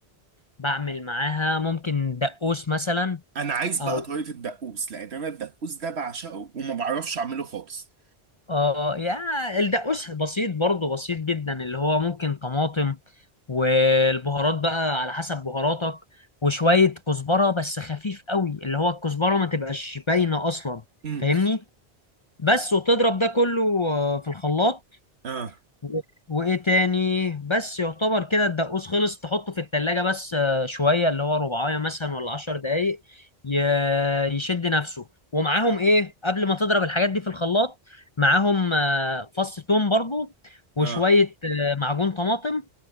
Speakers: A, on the left; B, on the right.
A: بعمل معاها ممكن دقوس مثلا
B: انا عايز بقى
A: او
B: طريقة الدقوس لان انا الدقوس ده بعشقه وما بعرفش اعمله خالص
A: اه يا الدقوس بسيط برضه بسيط جدا اللي هو ممكن طماطم والبهارات بقى على حسب بهاراتك وشوية كزبرة بس خفيف قوي اللي هو الكزبرة ما تبقاش باينة أصلا
B: امم
A: فاهمني بس وتضرب ده كله آه، في الخلاط
B: اه
A: و- وايه تاني بس يعتبر كده الدقوس خلص تحطه في التلاجة بس آه، شوية اللي هو ربعاية مثلا ولا عشر دقايق ي- يشد نفسه ومعاهم ايه قبل ما تضرب الحاجات دي في الخلاط معاهم آه، فص ثوم برضو وشوية
B: اه
A: آه، معجون طماطم